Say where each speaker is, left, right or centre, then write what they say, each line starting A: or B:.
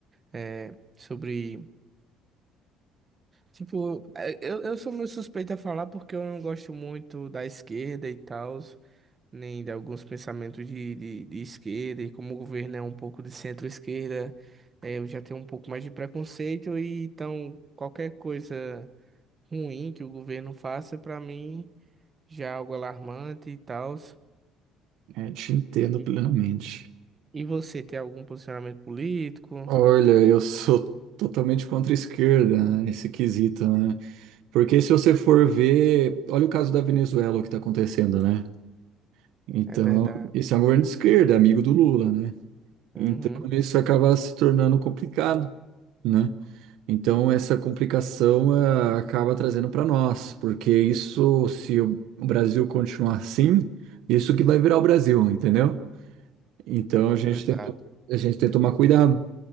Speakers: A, on the right (about 20°); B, on the right (about 70°).
A: É, sobre, tipo, é, eu, eu sou meio suspeito a falar porque eu não gosto muito da esquerda e tal, nem de alguns pensamentos de, de, de esquerda, e como o governo é um pouco de centro-esquerda, é, eu já tenho um pouco mais de preconceito, e então qualquer coisa ruim que o governo faça, pra mim já é algo alarmante e tal.
B: É, te entendo
A: E,
B: plenamente.
A: e você tem algum posicionamento político?
B: Olha, eu sou totalmente contra a esquerda, né, esse quesito, né? Porque se você for ver, olha o caso da Venezuela, o que está acontecendo, né? Então,
A: É verdade.
B: esse é um governo de esquerda, amigo do Lula, né?
A: Uhum.
B: Então, isso acaba se tornando complicado, né? Então, essa complicação eh, acaba trazendo para nós, porque isso, se o o Brasil continuar assim, isso que vai virar o Brasil, entendeu? Então, a gente
A: Exato.
B: tem que, to- a gente tem que tomar cuidado,